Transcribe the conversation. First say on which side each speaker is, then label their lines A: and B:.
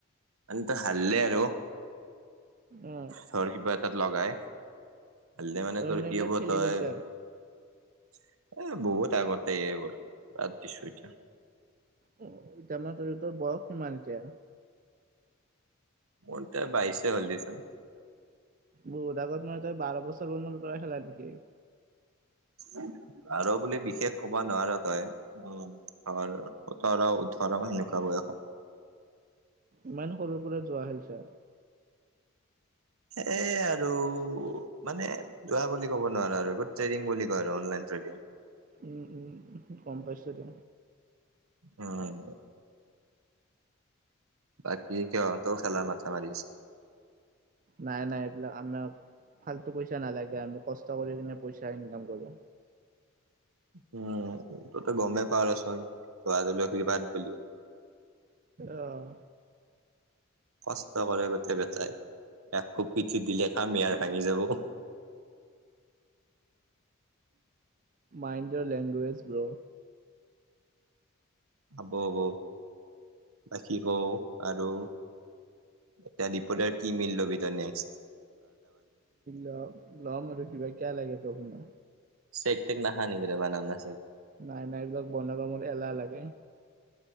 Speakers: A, on the right (about 80°); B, on the right (about 40°).
A: আন্ত হাৰলে আৰু
B: অ
A: ধৰ কিবা এটাত লগাই হাৰলে মানে
B: তই
A: তোৰ কি
B: এইবিলাক
A: হব
B: খেলি
A: তই
B: পাইছা
A: এ বহুত আগতে এইবোৰ বাদ দিছোঁ এতিয়া
B: অ এতিয়া মাহ ধৰী তোৰ বয়স কিমান এতিয়া
A: মোৰ ত বাইশে হ'ল দে চুন
B: বত আগত নয় তই বাৰ বছৰ বণ কৰা খেলা থিকে।
A: উম <inaudible> আৰু বুলি বিশেষ ক'ব নোৱাৰ তই, উম ধৰ সোতৰ - ওঠৰ সেনেকুৱা বয়সত। <inaudible>
B: ইমান সৰুৰ পৰা যোৱা হেলছা
A: এ আৰু মানে যোৱা বুলি ক'ব নোৱাৰো আৰু গুট ট্ৰেডিং বুলি কয় আৰু। অলাইন চাগে?
B: উম উম উম গম পাইছা দে।
A: উম। বাকী কিয় তও খেলাৰ মাথা মাৰি আছে।
B: নাই নাই এইবিলাক আমাৰ ফাল্টু পইচা নালাগে আমি কষ্ট কৰি কিনে পইচা ইনকাম কৰো।
A: উম এইটোতো গমেই পা ৰচোন তোৱাল আশীৰ্বাদ বুলি।
B: অহ।
A: কষ্ট কৰে গোটেই বেটাই এক কোপ পিঠিত দিলে কামি আৰু ভাঙি যাব। <inaudible>
B: মাইণ্ড য়ৰ লেংগুৱেজ ব্ৰ।
A: হব হব বাকী কওঁ আৰু এটা ৰিপৰ্টাৰ কি মিললবি ত নেক্স।
B: ল লম আৰু কিবা কিয় লাগে তোকনো?
A: চেক তেক নাহানিকিলে বনানা চেক।
B: নাই নাই এইবিলাক বনাব মোৰ এলাহ লাগে।